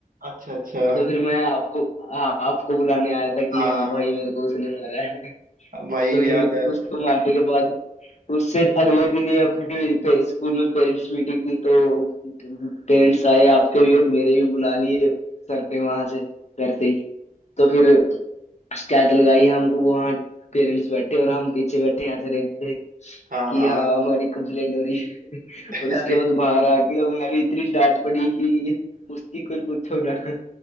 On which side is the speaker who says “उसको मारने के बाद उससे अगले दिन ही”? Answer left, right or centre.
Left